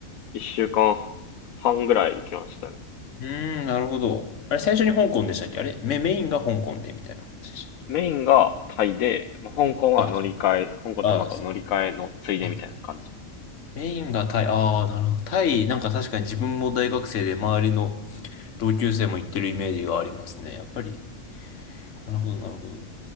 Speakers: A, on the left; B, on the left.
A: 1週間半ぐらい行きましたね。
B: うーん、なるほど。あれ、最初に香港でしたっけあれメ、メインが香港でみたいな話でしたっけ
A: メインがタイで、まあ香港は乗り換え、
B: あ、そう。
A: 香港とマカオ乗り換えのついでみたいな感じで。
B: あー、すいませんあメインがタイ、ああ、なるほど。タイ、なんか確かに自分も大学生で周りの同級生も行ってるイメージがありますね。やっぱり。なるほど、なるほど。